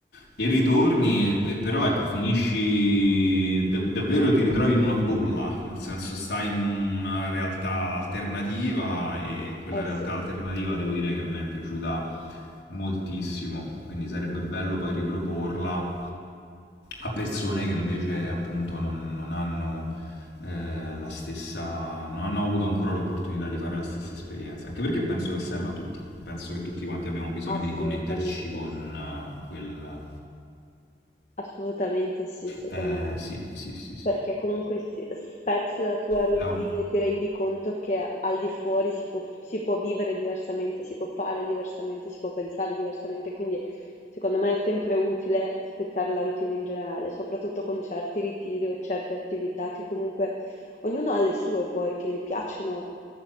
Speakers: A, on the left; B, on the left.
A: e ritorni, e- e- però ecco, finisci da- davvero ti ritrovi in una bolla, nel senso stai in un- una realtà alternativa e quella
B: eh
A: realtà
B: sì,
A: alternativa devo dire che a me è piaciuta moltissimo, quindi sarebbe bello poi riproporla a persone che invece appunto non, non hanno eh, la stessa, non hanno avuto ancora l'opportunità di fare la stessa esperienza, anche perché penso che serva a tutti. Penso che tutti quanti abbiamo bisogno
B: assolutamente
A: di riconnetterci con
B: sì.
A: eh, quel,
B: Assolutamente sì, secondo
A: eh,
B: me,
A: sì, sì, sì, sì.
B: perché comunque si- spezzi la tua routine
A: È un-
B: e ti rendi conto che al di fuori si può, si può vivere diversamente, si può fare diversamente, si può pensare diversamente, quindi secondo me è sempre utile spezzare la routine in generale, soprattutto con certi ritiri o certe attività che comunque Ognuno ha le sue poi che gli piacciono,